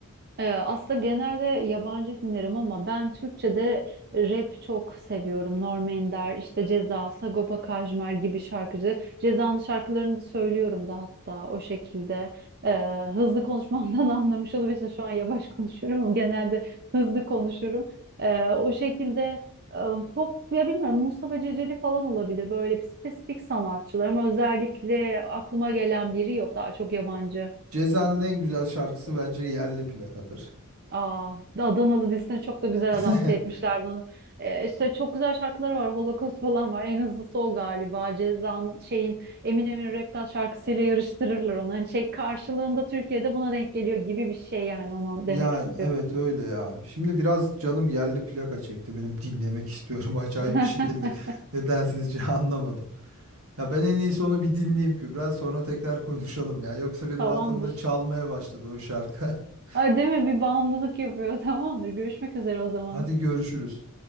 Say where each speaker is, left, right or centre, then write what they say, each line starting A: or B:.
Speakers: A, on the right; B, on the right.
A: Ee, Aslında genelde yabancı dinlerim ama ben Türkçe'de rap çok seviyorum. Norm Ender, işte Ceza, Sagopa Kajmer gibi şarkıcı. Ceza'nın şarkılarını da söylüyorum da hatta o şekilde. Ee, hızlı konuşmamdan <laughs> anlamış olabilirsin. Şu an yavaş konuşuyorum ama genelde hızlı konuşurum. Ee, o şekilde e, pop ya bilmiyorum Mustafa Ceceli falan olabilir. Böyle bir spesifik sanatçılar ama özellikle aklıma gelen biri yok. Daha çok yabancı.
B: Ceza'nın en güzel şarkısı bence Yerli Plaka'dır.
A: Aa, işte Adanalı dizisine çok da güzel
B: <laughs>
A: adapte etmişlerdi onu. Ee, işte çok güzel şarkıları var. Holocaust falan var. En hızlısı o galiba. Ceza'nın şeyin Eminem'in Rap God şarkısıyla yarıştırırlar onu. Hani şey karşılığında Türkiye'de buna denk geliyor gibi bir şey yani ona
B: Yani
A: demek istiyor.
B: evet öyle ya. Şimdi biraz canım yerli plaka çekti benim dinlemek istiyorum <laughs> acayip
A: <laughs>
B: bir şekilde. nedensizce <laughs> anlamadım. Ya ben en iyisi onu bir dinleyeyim Kübra sonra tekrar konuşalım ya. Yoksa benim
A: Tamamdır.
B: aklımda çalmaya başladı o şarkı. <laughs>
A: Ay, değil mi? Bir bağımlılık yapıyor. <laughs> Tamamdır. Görüşmek üzere o zaman.
B: Hadi görüşürüz.